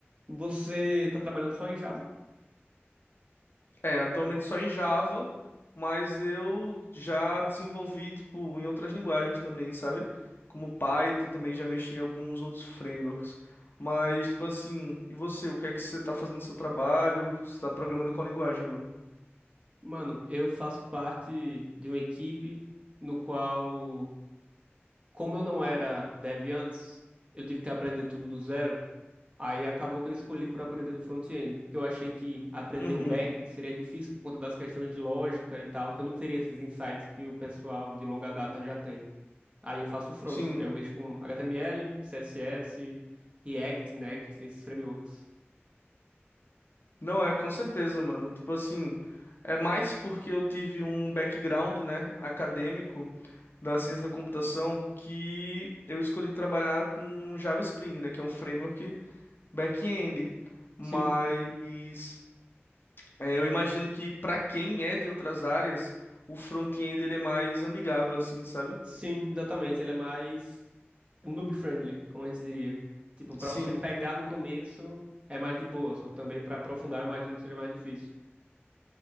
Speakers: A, on the right (about 30°); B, on the left (about 55°).
A: Você tá trabalhando só em Java?
B: É, atualmente só em Java, mas eu já desenvolvi, tipo, em outras linguagens também, sabe? Como Python, também já mexi em alguns outros frameworks. Mas, tipo assim, e você? O que é que você tá fazendo no seu trabalho? Você tá programando em qual linguagem, mano?
A: Mano, eu faço parte de uma equipe no qual Como eu não era dev antes, eu tive que aprender tudo do zero. Aí acabou que eu escolhi por aprender do front-end, porque eu achei que aprender
B: Uhum,
A: o back seria difícil por conta das questões de lógica e tal, que eu não teria esses insights que o pessoal de longa data já tem. Aí eu faço o front,
B: sim.
A: aí eu mexo com HTML, CSS, React, Next, esses frameworks.
B: Não é, com certeza, mano. Tipo assim, é mais porque eu tive um background, né, acadêmico da ciência da computação que eu escolhi trabalhar com Java Spring, né, que é um framework back-end, mas
A: Sim,
B: é, eu imagino que para quem é de outras áreas, o front-end ele é mais amigável assim, sabe?
A: sim, exatamente. Ele é mais noob-friendly, como a gente diria. Tipo, para
B: Sim,
A: você pegar no começo é mais de boa, só que também para aprofundar eu imagino que seja mais difícil.